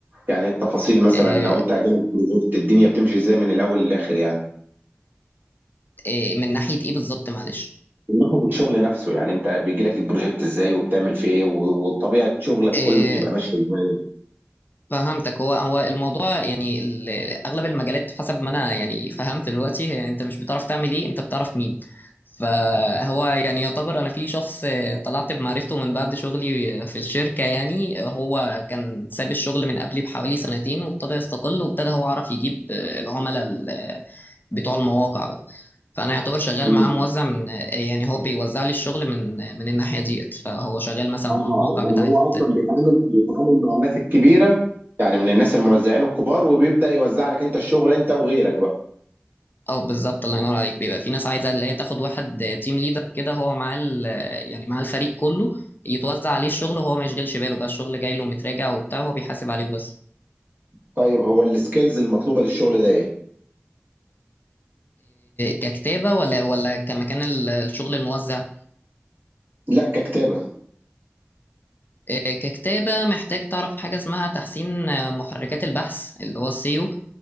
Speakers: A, on the right; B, on the left.
A: يعني التفاصيل مثلا
B: آه،
A: لو انت جالك بروجكت الدنيا بتمشي ازاي من الاول للاخر يعني
B: آه، من ناحية ايه بالظبط معلش
A: من ناحية الشغل نفسه يعني انت بيجي لك البروجكت ازاي وبتعمل فيه ايه و- وطبيعة شغلك
B: آه،
A: كله بتبقى ماشية ازاي
B: فهمتك هو هو الموضوع يعني ال- اغلب المجالات حسب ما انا يعني فهمت دلوقتي هي انت مش بتعرف تعمل ايه انت بتعرف مين فهو يعني يعتبر انا في شخص طلعت بمعرفته من بعد شغلي في الشركة يعني هو كان ساب الشغل من قبلي بحوالي سنتين وابتدى يستقل وابتدى هو عرف يجيب العملاء ال- بتوع المواقع بقى فانا يعتبر شغال
A: مم.
B: معاه موزع من يعني هو بيوزع لي الشغل من من الناحية ديت فهو شغال مثلا
A: اه
B: مع مواقع
A: يعني
B: بتاعت
A: هو اصلا بيتعامل بيتعامل مع الناس الكبيره يعني من الناس الموزعين الكبار وبيبدا يوزع لك انت الشغل انت وغيرك بقى
B: اه بالظبط الله ينور عليك بيبقى في ناس عايزه اللي هي تاخد واحد تيم ليدر كده هو مع ال- آه، يعني مع الفريق كله يتوزع عليه الشغل وهو ما يشغلش باله بقى الشغل جاي له متراجع وبتاع هو بيحاسب عليه بس
A: طيب هو السكيلز المطلوبه للشغل ده ايه
B: ككتابه ولا ولا كمكان ال- الشغل الموزع
A: لا ككتابه
B: آه، ككتابه محتاج تعرف حاجه اسمها تحسين آه، محركات البحث اللي هو السيو